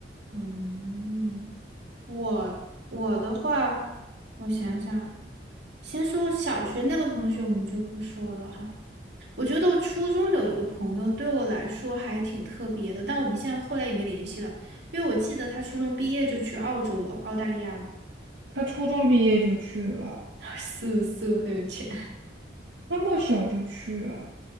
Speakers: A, on the right; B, on the right.
A: 嗯，我我的话，我想想，先说小学那个同学，我们就不说了哈。我觉得我初中有一个朋友，对我来说还挺特别的，但我们现在后来也没联系了，因为我记得他初中毕业就去澳洲了，澳大利亚了，
B: 他初中毕业就去了，
A: <laughs> 素素很有钱。
B: 那么小就去啊？